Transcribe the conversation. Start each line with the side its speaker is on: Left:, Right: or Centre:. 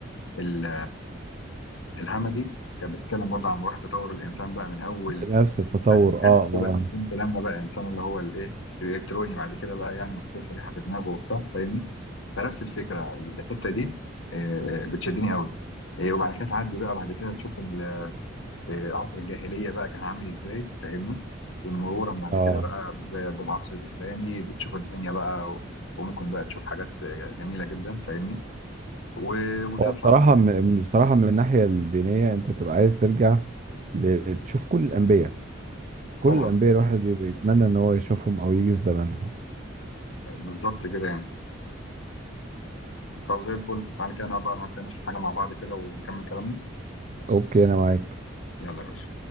Left: ال- الهمجي كانت بتتكلم برضو عن مراحل تطور الانسان بقى من اول
Right: بنفس التطور
Left: تاني كان
Right: اه
Left: فبقى
Right: اه
Left: الحمد لما بقى انسان اللي هو الايه الالكتروني بعد كده بقى يعني محتوى شريحه في دماغه وبتاع فاهمني فنفس الفكره الحته دي آه، بتشدني قوي آه، وبعد كده تعدي بقى بعد كده تشوف ال- آه، عصر الجاهليه بقى كان عامل ازاي فاهمني مرورا بعد
Right: اه
Left: كده بقى ب- بالعصر الاسلامي بتشوف الدنيا بقى و- وممكن بقى تشوف حاجات آه، جميله جدا فاهمني و- وتطلع
Right: هو بصراحة
Left: بعد كده
Right: م- بصراحة من الناحية الدينية انت تبقى عايز ترجع ل- تشوف كل الأنبياء كل
Left: طبعا
Right: الأنبياء الواحد بيتمنى ان هو يشوفهم او يجي في زمانهم
Left: آه، بالظبط كده يعني طب زي الفل تعالى كده نقعد بقى نقعد كده نشرب حاجه مع بعض كده ونكمل كلامنا
Right: اوكي انا معاك
Left: يلا يا باشا